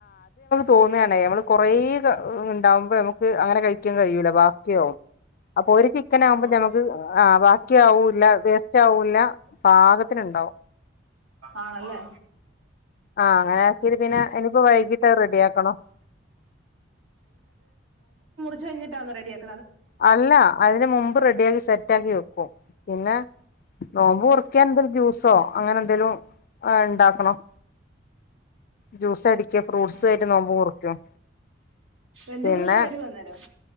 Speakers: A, on the left; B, on the right.
A: തോന്നാണ് കൊറേണ്ടാവുമ്പോ നമുക്ക് മ്മക്ക് അങ്ങനെ കഴിക്കാൻ കഴിയൂല ബാക്കിയാകും അപ്പൊ ഒരു ചിക്കൻ ആകുമ്പോ
B: ആണത്
A: നമക്ക് ആ ബാക്കി ക്കി ആവൂല്ല വേസ്റ്റ് ആവൂല്ല പാകത്തിനുണ്ടാവും
B: ആണല്ലേ
A: ആ അങ്ങനെ വെച്ചീട്ട് പിന്നെ ഇനിപ്പോ വൈകിട്ടത് റെഡി ആക്കണം
B: കഴിച്ചുകഴിഞ്ഞിട്ടാണോ റെഡിയാക്ക
A: അല്ല. അതിന് മുമ്പ് റെഡിയാക്കി, സെറ്റാക്കി വെക്കും പിന്നെ നോമ്പ് മുറിക്കാൻ എന്തര് ജ്യൂസ് സോ അങ്ങനെ എന്തേലും ആ ഇണ്ടാക്കണം ജ്യൂസ് അടി ഫ്രൂട്ട്സ
B: ഉം
A: ആയിട്ട് നോമ്പ് മുറിക്കും
B: ബന്ധുക്കളൊക്കെ
A: പിന്നെ
B: വരുവോ അന്നേരം